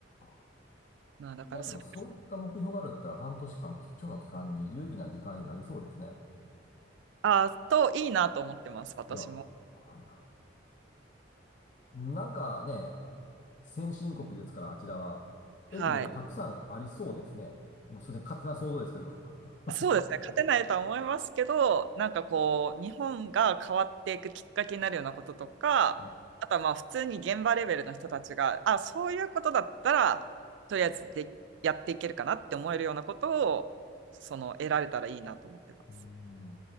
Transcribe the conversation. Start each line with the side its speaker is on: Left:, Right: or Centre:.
Left: あ。
Right: まあだからそれ、
Left: まあでも、そういった目標があるんだったら、半年間、貴重な期間に、有意義な時間になりそうですね。
Right: あーといいなと思ってます、私も。
Left: いや、はいはい。なんかね、先進国ですから、あちらは。
Right: はい。
Left: 得るものたくさんありそうですね。もうすいません、勝手な想像ですけど。
Right: そうですね、
Left: <laughs>
Right: 勝てないとは思いますけど、なんかこう、日本が変わっていくきっかけになるようなこととか、
Left: うん。
Right: あとはまあ普通に現場レベルの人たちが、あ、そういうことだったら、とりあえずでやっていけるかなって思えるようなことを、その、得られたらいいなと思ってます。
Left: うん